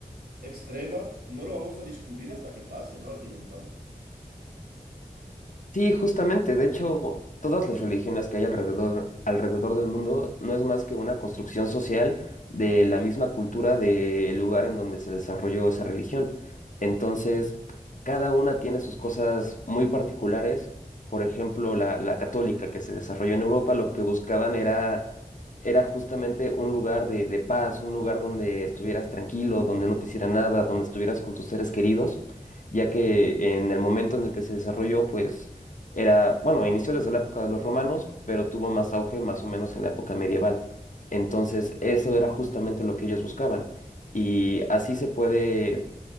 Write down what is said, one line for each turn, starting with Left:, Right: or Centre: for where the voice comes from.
Right: extrema, no lo vamos a descubrir hasta que pase, ¿no? Al fin y al cabo.
Left: Sí, justamente. De hecho, todas las religiones que hay alrededor, alrededor del mundo no es más que una construcción social de la misma cultura del lugar en donde se desarrolló esa religión. Entonces, cada una tiene sus cosas muy particulares. Por ejemplo, la, la católica que se desarrolló en Europa, lo que buscaban era, era justamente un lugar de, de paz, un lugar donde estuvieras tranquilo, donde no te hiciera nada, donde estuvieras con tus seres queridos, ya que en el momento en el que se desarrolló, pues era, bueno, inició desde la época de los romanos, pero tuvo más auge más o menos en la época medieval. Entonces, eso era justamente lo que ellos buscaban. Y así se puede